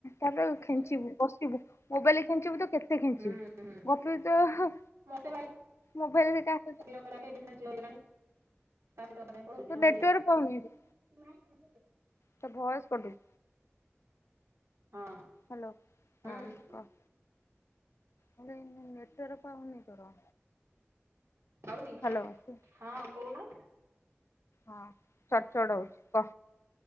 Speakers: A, on the left; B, on the right.
A: ତାଦେଅରୁ ଖେଞ୍ଚିବୁ
B: ହୁଁ
A: ବସିବୁ ମୋବାଇଲି ଖେଞ୍ଚିବୁ ତ କେ ତେ ଖେଞ୍ଚିବୁ
B: ହୁଁ
A: ଗପୁରୁ ତ ହ
B: ମତେ ଭାଇ
A: ମୋବାଇଲରେ କାହା ସହିତ
B: <unintelligible>
A: ତୋ ନେଟୱାର୍କ ପାଉନି ରେ
B: ନହେଲେ
A: ତୋ ଭଏସ କଟୁଛି
B: ହଁ
A: ହାଲୋ
B: ହୁଁ
A: ହଁ କ ଭଲକିନି ନେଟୱର ପାଉନି ତୋର
B: ପାଉନି
A: ହ୍ୟାଲୋ।
B: ହଁ କଉନୁ
A: ହଁ ଚଡ୍ ଚଡ୍ ହଉଚି କ